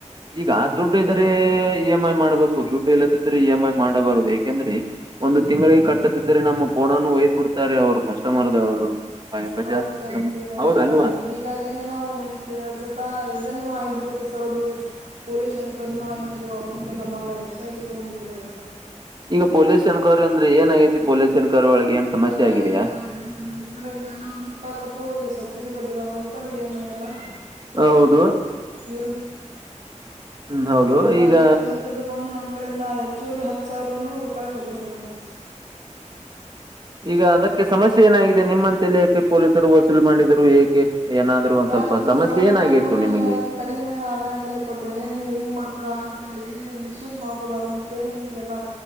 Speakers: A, on the right; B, on the right.
A: ಈಗ ದುಡ್ಡು ಇದ್ದರೆ ಇ ಎಮ್ ಐ ಮಾಡ್ಬೇಕು ದುಡ್ಡು ಇಲ್ಲದಿದ್ರೆ ಇ ಎಂ ಐ ಮಾಡಬಾರದು ಯಾಕೆಂದ್ರೆ ಒಂದು ತಿಂಗಳಿಗೆ ಕಟ್ಟದಿದ್ದ್ರೆ ನಮ್ಮ ಪೋನನು ಒಯ್ದ್ ಬಿಡ್ತಾರೆ ಅವ್ರು ಕಸ್ಟಮರ್ದವರು. ಬಜಾಜ್
B: ಹೌದ ಸರ್
A: ಹೌದ
B: ಈಗ
A: ಅಲ್ವಾ
B: ಹಿಂಗಾಗಿನೆೇ ನಾವು ಒದ್ ಯಾರ ಸತ್ತ ಇದೇನ್ನು ಆಗಿಬಿಟ್ಟಿದೆ ಸರ್ ಅದು ಪೊಲೀಸ್ ಎನ್ಕ್ವೈರಿನಂಬರ್ ಆಗಿ ಅದು ಅಮೌಂಟ್ ಎಲ್ಲ ಬಹಳ ಹೆಚ್ಚಾಗಿ ತಗೋಬಿಟ್ಟಿದ್ದಾರೆ ಸರ್ ಅವರು.
A: ಈಗ ಪೊಲೀಸ್ ಎನ್ಕ್ವೈರಿ ಅಂದ್ರೆ ಏನಾಗೈತಿ ಪೊಲೀಸ್ ಎನ್ಕ್ವೈರಿ ಒಳಗೆ. ಸಮಸ್ಯೆ
B: ಸರ್ <unintelligible>
A: ಆಗಿದೆಯಾ
B: ಈಗ ಎನ್ ಅಂದ್ರೆ ಸರ್ ಈಗಲ್ಲ ಒಂದ್ ರೂಪಾಯಿ ಕೊಟ್ಟು ಈ ಸಬ್ಸಿಡಿ ಕೊಟ್ಟಿದಾರಲ್ಲ ಸರ್ ಇ ಎಮ್ ಐ ಎಲ್ಲ
A: ಹೌದು
B: ಇವ್ರ
A: ಹ್ಮ್ ಹೌದು
B: ಇದಾಗಿ
A: ಈಗ
B: ಪೊಲೀಸದು ಬಂದು ನಮ್ ಕಡೆ ಹೆಚ್ಚುವರಿ ಹತ್ತು ಸಾವಿರೂನು ರೂಪಾಯಿ ವಸೂಲು ಮಾಡಿದ್ದಾರೆ ಸರ್.
A: ಈಗ ಅದಕ್ಕೆ ಸಮಸ್ಯೆ ಏನಾಗಿದೆ ನಿಮ್ಮಂತಳಿಯಕೆ ಪೊಲೀಸರು ವಸೂಲಿ ಮಾಡಿದರು ಏಕೆ ಏನಾದ ಒಂದ್
B: ಯಾಕಂದ್ರೆ
A: ಸ್ವಲ್ಪ ಸಮಸ್ಯೆ
B: ದೊಡ್ಡೆಲ್ಲಾ
A: ಏನ ಆಗಿತ್ತು
B: ಫೋನಲ್ಲಿ
A: ನಿಮಗೆ?
B: ಕಡಿಮೆ ಆದಾಯದಲ್ಲಿ ಕೊಟ್ರೆ ನೀವ್ ಹಿಂಗ್ ಮಾಡ್ತರಾ ಅಂತೇಳಿ ಮಿಸ್ಯೂಸ್ ಮಾಡ್ಕೋಬೇಡ ತ್ತೇಳಿ ಈಗೇಲ್ಲಾ